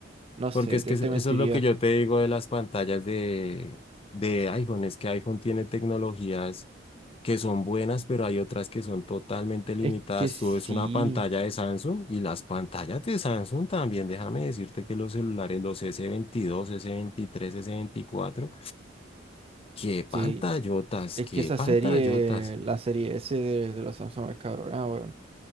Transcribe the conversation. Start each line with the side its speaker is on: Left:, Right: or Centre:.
Right: No sé,
Left: Porque es
Right: te,
Left: que
Right: te
Left: es- eso
Right: mentiría.
Left: es lo que yo te digo de las pantallas de, de iPhone, es que iPhone tiene tecnologías. que son buenas, pero hay otras que son totalmente limitadas.
Right: Es que sí,
Left: Tú ves una pantalla de Samsung y las pantallas de Samsung también, déjame decirte que los celulares, los s veintidós s veintitrés s veinticuatro qué pantallotas,
Right: sí. Es
Left: qué
Right: que esa
Left: pantallotas.
Right: serie, la serie S de, de los Samsung es cabrona, weón.